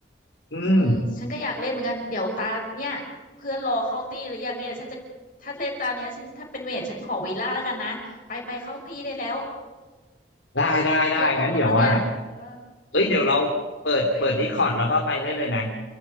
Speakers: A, on the left (about 85°); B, on the left (about 50°).
A: อืม
B: เออฉันก็อยากเล่นเหมือนกันเดี๋ยวตาเนี่ยเพื่อนรอเข้าตี้หรือยังเนี่ยฉันจะถ้าเล่นตาเนี้ยฉันถ้าเป็นเวทฉันขอวีล่าแล้วกันนะไปไปเข้าตี้ได้แล้ว
A: ได้ได้ได้งั้นเดี๋ยวว่า
B: เพื่อนรอแล้วมั้งเนี่ยเออ
A: เอ้ยเดี๋ยวเราเปิดเปิดดิสคอร์ดแล้วก็ไปเล่นเลยนะ
B: เอ้ย